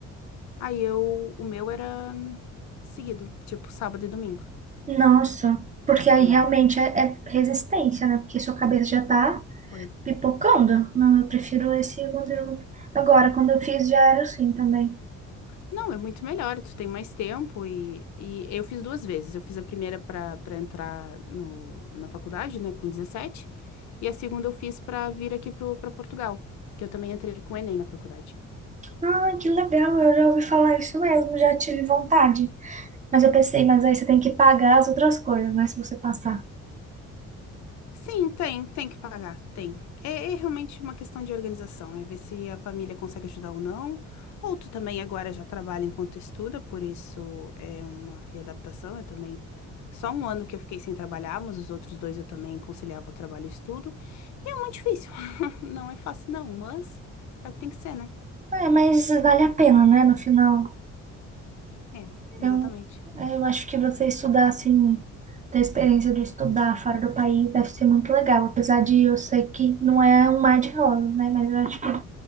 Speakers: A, on the left; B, on the right.
A: Aí eu, o meu era hum, seguido, tipo sábado e domingo.
B: Nossa, porque aí
A: É,
B: realmente é, é resistência, né? Porque sua cabeça já tá
A: foi.
B: pipocando. Não, eu prefiro esse modelo. Agora, quando eu fiz, já era assim também.
A: Não, é muito melhor, tu tem mais tempo e, e eu fiz duas vezes. Eu fiz a primeira para para entrar no, na faculdade, né, com 17. e a segunda eu fiz para vir aqui pro, para Portugal, que eu também entrei com o Enem na faculdade.
B: Ah, que legal, eu já ouvi falar isso mesmo, já tive vontade. Mas eu pensei, mas aí você tem que pagar as outras coisas, né? Se você passar.
A: Sim, tem, tem que pagar, tem. É, é realmente uma questão de organização, é ver se a família consegue ajudar ou não. Ou tu também agora já trabalha enquanto estuda, por isso é uma readaptação. Eu também, só um ano que eu fiquei sem trabalhar, mas os outros dois eu também conciliava o trabalho e o estudo. E é muito difícil, <laughs> não é fácil não, mas é o que tem que ser, né?
B: É, mas vale a pena, né? No final,
A: É,
B: eu,
A: exatamente.
B: eu acho que você estudar assim, ter a experiência de estudar fora do país deve ser muito legal. Apesar de eu sei que não é um mar de rosas, né? Mas eu acho que